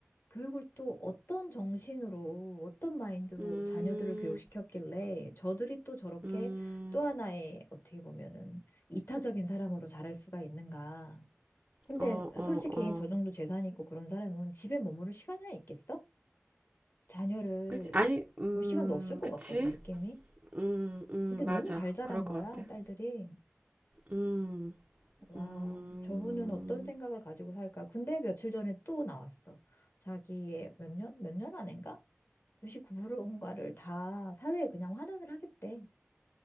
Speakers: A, on the left; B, on the right.
A: 교육을 또 어떤 정신으로 어떤 마인드로
B: 음,
A: 자녀들을 교육시켰길래 저들이 또 저렇게
B: 음,
A: 또 하나의 어떻게 보면은 이타적인 사람으로 자랄 수가 있는가. 근데
B: 어, 어,
A: 솔직히
B: 어.
A: 저 정도 재산 있고 그런 사람은 집에 머무를 시간이나 있겠어? 자녀를
B: 그치? 아니, 음,
A: 볼 시간도 없을 것
B: 그치?
A: 같거든, 느낌이.
B: 음, 음,
A: 근데 너무
B: 맞아.
A: 잘 자란
B: 그럴 것
A: 거야,
B: 같아.
A: 딸들이.
B: 음,
A: 와,
B: 음,
A: 저분은 어떤 생각을 가지고 살까? 근데 며칠 전에 또 나왔어. 자기의 몇 년? 몇 년 안인가? 99%인가를 다 사회에 그냥 환원을 하겠대.